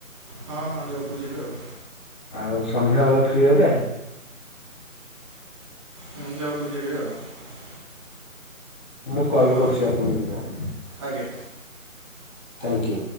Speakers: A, on the right; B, on the left.
A: ହଁ ହଁ ଜବ୍ କୁ ଯିବି ଆଉ।
B: ଆଉ ସନ୍ଧ୍ୟାବେଳେ ଫ୍ରି ହେବେ?
A: ହୁଁ ଜବ୍ କୁ ଯିବି ଆଉ।
B: ମୁଁ କଲ୍
A: ହଉ
B: କରୁଚି ଆପଣ <inaudible>
A: ଆଜ୍ଞା
B: ଥ୍ୟାଙ୍କୟୁ।